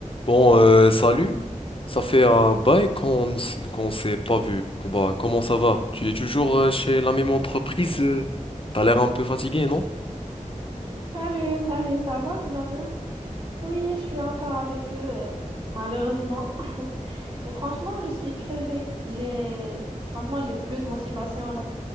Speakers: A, on the left; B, on the right.
A: Bon, euh, salut. Ça fait un bail qu'on ne s- qu'on s'est pas vu. Que- Bah, comment ça va? Tu es toujours euh, chez la même entreprise? euh T'as l'air un peu fatigué, non?
B: Salut, salut, ça va, tout va bien? Oui, je suis encore avec eux, euh, malheureusement. <laughs> Mais franchement, je suis crevée. J'ai, franchement, j'ai plus de motivation là.